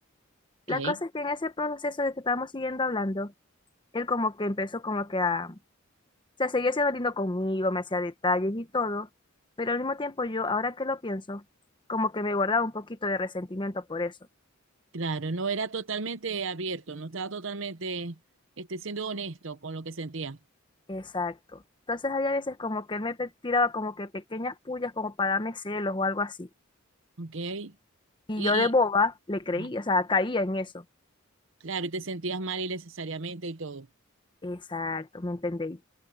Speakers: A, on the right; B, on the left.
A: Ok,
B: La cosa es que en ese proceso de que estábamos siguiendo hablando, él como que empezó como que a sea, seguía siendo lindo conmigo, me hacía detalles y todo, pero al mismo tiempo yo, ahora que lo pienso, como que me guardaba un poquito de resentimiento por eso.
A: claro, no era totalmente abierto, no estaba totalmente este, siendo honesto con lo que sentía.
B: Exacto. Entonces hay a veces como que él me pe- tiraba como que pequeñas pullas como para darme celos o algo así.
A: Ok,
B: Y
A: y
B: yo de boba le creí,
A: ah,
B: o sea, caía en eso.
A: claro, y te sentías mal innecesariamente y todo.
B: Exacto, ¿me entendéis?